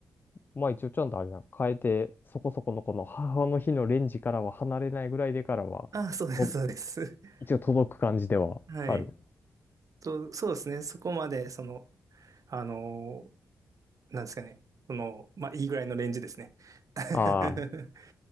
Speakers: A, on the left; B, on the right.
A: まあ一応ちゃんとあれやん、変えて、そこそこのこの母の日のレンジからは離れないぐらいでからは、
B: あ、そうです、
A: と
B: そうです。<laughs>
A: 一応届く感じではある。
B: はい。と、そうですね。そこまで、その、あのーなんですかね。その、まあ、いいぐらいのレンジですね。<laughs>
A: ああ、